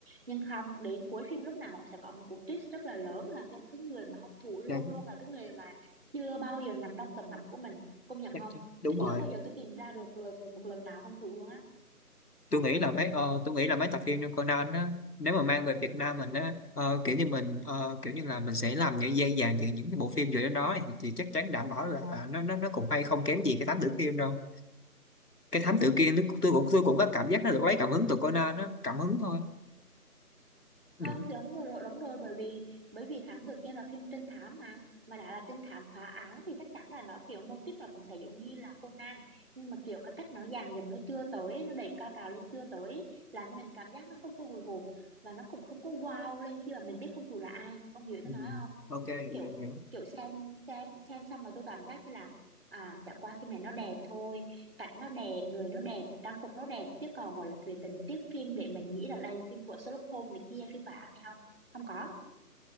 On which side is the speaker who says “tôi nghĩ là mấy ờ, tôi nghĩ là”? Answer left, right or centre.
Left